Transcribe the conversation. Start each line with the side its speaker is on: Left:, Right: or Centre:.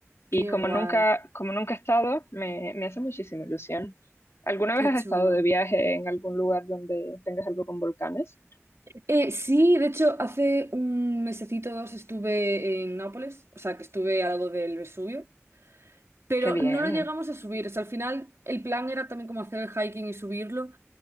Left: Y
Right: Qué
Left: como
Right: guay.
Left: nunca, como nunca he estado, me, me hace muchísima ilusión. ¿Alguna
Right: Qué
Left: vez has
Right: chulo.
Left: estado de viaje en algún lugar donde tengas algo con volcanes?
Right: Eh, sí, de hecho, hace un mesecito o dos estuve en Nápoles, o sea, que estuve al lado del Vesubio, pero
Left: ¡Qué bien!
Right: no lo llegamos a subir. O sea, al final el plan era también como hacer el hiking y subirlo.